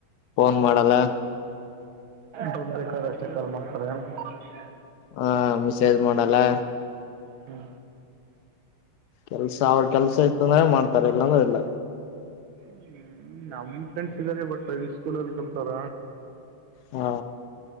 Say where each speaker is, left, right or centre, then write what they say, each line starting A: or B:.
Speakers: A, on the left; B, on the right.
A: ಫೋನ್ ಮಾಡಲ್ಲ.
B: ದುಡ್ ಬೇಕಾದ ಅಷ್ಟೆ ಕಲ್ ಮಾಡ್ತಾರೆ ಏ.
A: ಹಾ ಮಿಸೇಜ್ ಮಾಡಲ್ಲ.
B: ಹಾ.
A: ಕೆಲ್ಸ ಅವ್ರ ಕೆಲ್ಸ ಇತ್ತುಂದೆ ಮಾಡ್ತಾರೆ ಇಲ್ಲಾನ ಇಲ್ಲ.
B: ಹ್ಮ ನಮ್ ಫ್ರೆಂಡ್ಸ್ ಇದ್ದಾರೆ ಬಟ್ ಈ ಸ್ಕೂಲಲ್ಲಿ ಕಲ್ತಾರ.
A: ಹ್ಮ.